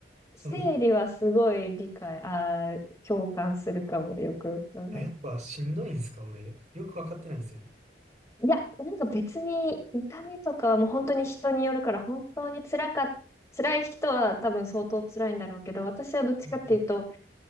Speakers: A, on the right; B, on the left.
A: そのい、
B: 生理はすごい理解、あー共感するかも、よくよく考えて。
A: あ、やっぱしんどいんすか俺。よくわかってないんですよね。
B: いや、なんか別に痛みとかはもう本当に人によるから、本当に辛かっ辛い人は多分相当辛いんだろうけど、私はどっちかっていうと、
A: はいは